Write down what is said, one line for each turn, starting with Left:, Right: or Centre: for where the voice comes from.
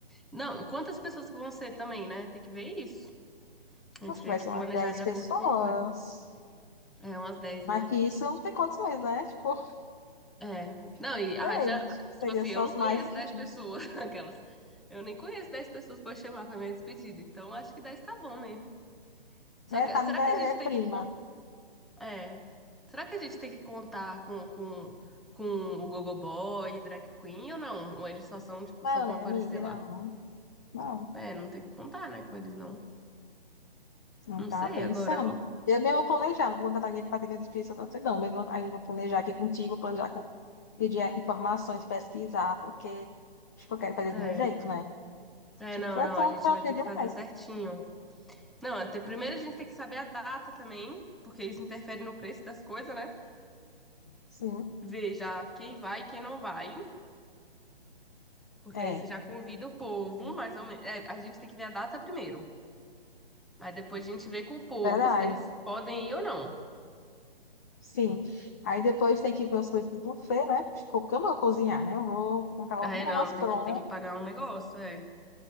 Centre: Não, quantas pessoas que vão ser também, né? Tem que ver isso. A gente
Left: Acho que
Centre: tem
Left: vai
Centre: que
Left: ser
Centre: planejar
Left: umas 10
Centre: de
Left: pessoas.
Centre: acordo com o número. É umas 10
Left: Mas
Centre: né?
Left: que isso não tem condições, né? Tipo,
Centre: É. Não,
Left: <laughs>
Centre: e haja.
Left: 10 seria
Centre: Tipo assim,
Left: só
Centre: eu não
Left: os
Centre: conheço
Left: mais
Centre: 10
Left: íntimos,
Centre: pessoas, <laughs> aquelas. Eu nem conheço 10 pessoas pra eu chamar pra minha despedida. Então acho que 10 tá bom mesmo.
Left: né?
Centre: Só que
Left: Tá,
Centre: será
Left: né?
Centre: que a gente
Left: é
Centre: tem
Left: prima.
Centre: que. con- É. Será que a gente tem que contar com, com, com o Gogoboy e Drag Queen ou não? Ou eles só são, tipo,
Left: Não,
Centre: só vão
Left: né,
Centre: aparecer
Left: amiga? Não,
Centre: lá?
Left: não,
Centre: É, não tem que contar, né, com eles não.
Left: não
Centre: Não
Left: tava
Centre: sei
Left: pensando.
Centre: agora, ó.
Left: Eu mesmo vou planejar, vou contratar minha patrinha de espírito, não, mesmo aí eu vou planejar aqui contigo, planejar com pedir informações, pesquisar, porque, tipo, eu quero fazer
Centre: É.
Left: do meu jeito, né?
Centre: É,
Left: Tipo,
Centre: não,
Left: é
Centre: não,
Left: tão
Centre: a gente
Left: chato
Centre: vai ter
Left: demais.
Centre: que fazer certinho. Não, até- primeiro a gente tem que saber a data também, porque isso interfere no preço das coisas, né?
Left: Sim,
Centre: Ver já quem vai e quem não vai, porque
Left: é,
Centre: aí você já convida o povo, mais ou menos. É, a gente tem que ver a data primeiro. Aí depois a gente vê com o povo
Left: verdade.
Centre: se eles podem ir ou não.
Left: Sim. Aí depois tem que ver os coisas do buffet, né? Tipo, porque eu não vou cozinhar, né? Eu vou comprar algum
Centre: Ah, É,
Left: negócio
Centre: não, tem
Left: pronto,
Centre: que, tem que pagar um negócio, é.